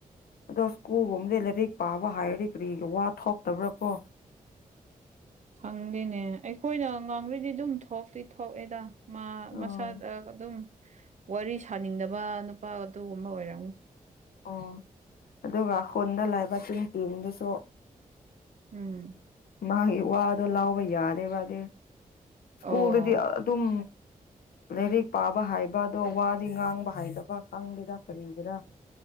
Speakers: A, on the left; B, on the right.
A: ꯑꯗꯣ ꯁ꯭ꯀꯨꯜꯒꯨꯝꯕꯗꯤ ꯂꯥꯏꯔꯤꯛ ꯄꯥꯕ ꯍꯩꯔꯗꯤ ꯀꯔꯤꯒꯤ ꯋꯥ ꯊꯣꯛꯇꯥꯕ꯭ꯔ ꯀꯣ
B: ꯈꯪꯗꯦꯅꯦ ꯑꯩꯈꯣꯏꯅ ꯉꯥꯡꯔꯗꯤ ꯑꯗꯨꯝ ꯊꯣꯛꯇꯤ ꯊꯣꯛꯑꯦꯗ ꯃꯥ
A: ꯑꯣ
B: ꯃꯁꯛ ꯑ ꯑꯗꯨꯝ ꯋꯥꯔꯤ ꯁꯥꯅꯤꯡꯗꯕ ꯅꯨꯄꯥ ꯑꯗꯨꯒꯨꯝꯕ ꯑꯣꯏꯔꯝꯒꯅꯤ
A: ꯑꯣ ꯑꯗꯨꯒ ꯈꯨꯟꯗ ꯂꯩꯕ <unintelligible>
B: ꯎꯝ
A: ꯃꯥꯒꯤ ꯋꯥꯗꯣ ꯂꯧꯕ ꯌꯥꯗꯦꯕ ꯑꯗꯤ ꯁ꯭ꯀꯨꯜꯗꯗꯤ
B: ꯑꯣ
A: ꯑꯗꯨꯝ ꯂꯩꯔꯤꯛ ꯄꯥꯕ ꯍꯩꯕ ꯑꯗꯣ ꯋꯥꯗꯤ ꯉꯥꯡꯕ ꯍꯩꯗꯕ ꯈꯪꯗꯦꯗ ꯀꯔꯤꯒꯤꯔꯥ